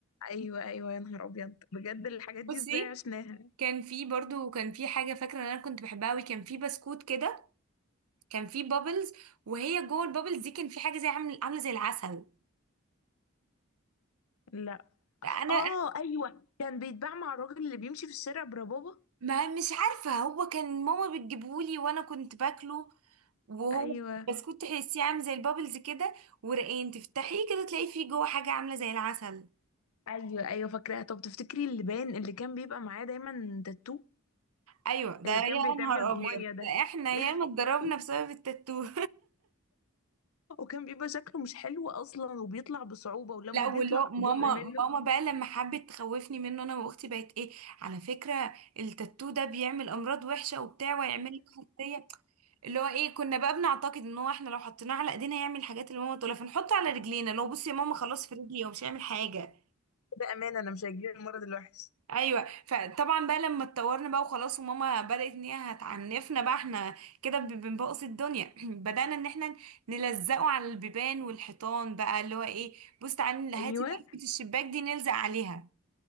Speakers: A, on the left; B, on the right.
A: ايوه ايوه يا نهار ابيض بجد الحاجات
B: بصي
A: دي ازاي عشناها
B: كان في برضو كان في حاجة فاكرة ان انا كنت بحبها قوي كان في بسكوت كده كان في بابلز وهي جوه البابلز دي كان في حاجة زي عامل عاملة زي العسل
A: لا
B: انا
A: اه ايوه كان بيتباع مع الراجل اللي بيمشي في الشارع بربابه
B: ما مش عارفة هو كان ماما بتجيبهولي وانا كنت باكله وهو
A: ايوه
B: بسكوت تحسيه عامل زي البابلز كده ورقين تفتحيه كده تلاقي فيه جوه حاجة عاملة زي العسل
A: ايوه ايوه فاكراها طب تفتكري اللبان اللي كان بيبقى معاه دايما تاتو
B: ايوه ده
A: اللي
B: يا
A: كان بيتعمل
B: نهار
A: بميه
B: ابيض ده
A: ده
B: احنا ياما اتضربنا
A: <laughs>
B: بسبب التاتو
A: وكان بيبقى شكله مش حلو اصلا وبيطلع بصعوبه
B: <laughs>
A: ولما
B: لا
A: بيطلع
B: ولا ماما
A: جزء منه
B: ماما بقى لما حبت تخوفني منه انا واختي بقت ايه على فكرة التاتو ده بيعمل امراض وحشة وبتاع ويعمل لك حساسية اللي هو ايه كنا بقى بنعتقد ان هو احنا لو حطيناه على ايدينا هيعمل الحاجات اللي ماما تقولها فنحطه على رجلينا لو بصي يا ماما خلاص في رجلي هو مش هيعمل حاجة
A: ده امان انا مش هجيب المرض الوحش
B: ايوه فطبعا بقى لما اتطورنا بقى وخلاص وماما بدات ان هي هتعنفنا بقى احنا كده ب- بنبوظ الدنيا <clears throat> بدانا ان احنا نلزقه على البيبان والحيطان بقى اللي هو ايه بص تعالي هاتي
A: ايوه
B: ضلفه الشباك دي نلزق عليها